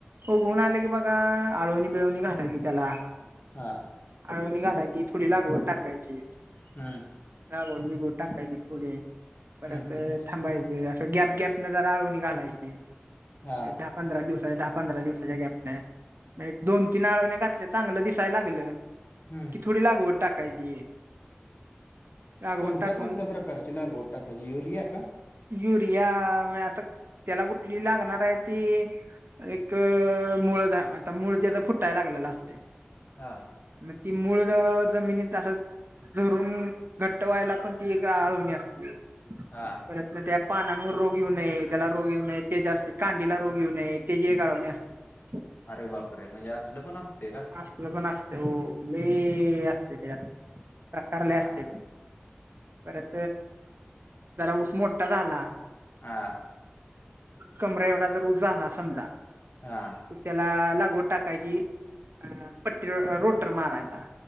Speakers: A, on the right; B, on the left.
A: उगवून आल की बघा आळवणी बिळवणी घालायची त्याला.
B: हा
A: आळवणी घालायची थोडी लागवड टाकायची.
B: हम्म
A: लागवड बिगवड टाकायची थोडी. परत
B: हम्म हम्म हम्म
A: थांबायचे असं गॅप गॅप न जरा आळवनि घालायचि
B: हा
A: आणि पंधरा दिवसाच्या दहा पंधरा दिवसाच्या गॅपने म्हणजे दोन तीन आळवण्या घातल्या चांगलं दिसायला लागलं.
B: हम्म.
A: कि थोडी लागवड टाकायची. लागवड
B: कोणत्या
A: टाकून
B: कोणत्या प्रकारची लागवड टाकायची युरिया का?
A: युरिया आता त्याला कुठली लागणार आहे ती. एक मुूळ ज्याचं आता मुळ त्याचा फुटाय लागले असतय.
B: हा.
A: मग ती मूळ जमिनीतं असं झरून घट्ट व्हायला पण ती एक आळवणी असती.
B: हा.
A: नाही त्या पानांवर रोग येऊ नये त्याला रोग येऊ नये ते जास्ते कांडीला रोग येऊ नये तेजि एक आळवणी असती ह <unintelligible>
B: अरे बापरे म्हणजे असलं पण असते का?
A: असलं पण असते ओ लय असते तेज्यात प्रकार लय
B: हा
A: असते ते. परत जरा ऊस मोठा झाला.
B: हां.
A: कमरे एवढा जर ऊस झाला समजा
B: हां.
A: की त्याला लागवड टाकायची अ पट्टी अ रोटर मारायचा.